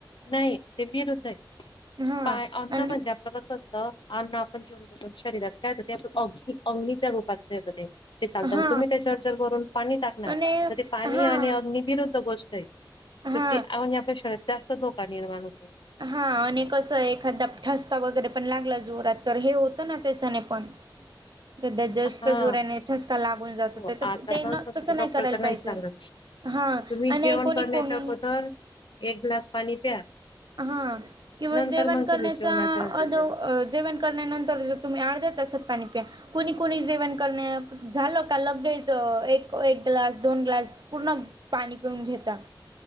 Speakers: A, on the left; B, on the right.
A: नाही ते विरुद्ध आहे
B: हा
A: पा अन्न
B: आणि
A: म्हणजे आ पल कसं असतं अन्न आपण जेवण शरीरात काय ते आपण अंग अग्नीच्या रूपात ते होत ते. ते चालत
B: हा
A: तुम्ही त्याच्या चल भरुन पाणी टाकणार
B: आणि
A: तर ते पाणी
B: हा
A: आणि अग्नी विरुद्ध गोष्ट आहे
B: हा
A: तर ती आ म्हंजे शरीरात जास्त धोका निर्माण होतो.
B: हां आणि कसं एखादा ठसका वगैरे पण लागला जोरात तर हे होतं ना त्याच्यानी पणं. <inaudible> सध्या जास्त
A: हा
B: जोऱ्याने ठसका लागून जातो
A: हो
B: त्याच
A: आता
B: ते न
A: असतं
B: तसं नाही
A: डॉक्टर
B: करायला
A: तर नाहीच
B: पाहिजे.
A: सांगत.
B: हां
A: तुम्ही
B: आणि
A: जेवण
B: कोणी
A: करण्याच्या
B: कोणी
A: अगोदर एक ग्लास पाणी प्या
B: हां किंवा
A: नंतर
B: जेवण
A: मग
B: करण्याच्या
A: तुम्ही जेवणाच्या नंतर
B: अदो
A: ते
B: अ जेवण करण्यानंतर ज तुम्ही अर्ध्या तासात पाणी प्या कुणी कुणी जेवण करणे झालं का लगेच एक एक ग्लास दोन ग्लास पूर्ण पाणी पिऊन घेता